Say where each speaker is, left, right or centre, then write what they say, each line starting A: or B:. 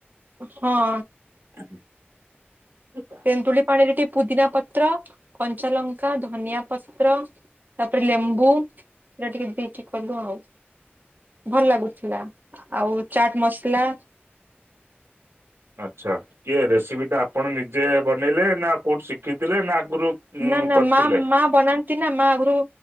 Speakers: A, on the right (about 45°); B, on the right (about 80°).
A: ହଁ।
B: ଆ। ଠିକ
A: ତେନ୍ତୁଳି ପାଣିରେ ଟିକେ ପୁଦିନା ପତ୍ର କଞ୍ଚାଲଙ୍କା ଧନିଆ ପତ୍ର ତାପରେ ଲେମ୍ବୁ ଏଇଟା ଟିକେ ଦେଇକି କଲୁ ଆଉ। ଭଲ ଲାଗୁଥିଲା ଆଉ ଚାଟ୍ ମସଲା
B: ଆଚ୍ଛା କିଏ ରେସିପି ଟା ଆପଣ ନିଜେ ବନେଇଲେ ନା କୋଉଠି ଶିକିଥିଲେ ନା ଆଗରୁ ଉଁ
A: ନା ନା
B: କରିଥିଲେ?
A: ମା ମା ବନାନ୍ତି ନା ମା ଆଗରୁ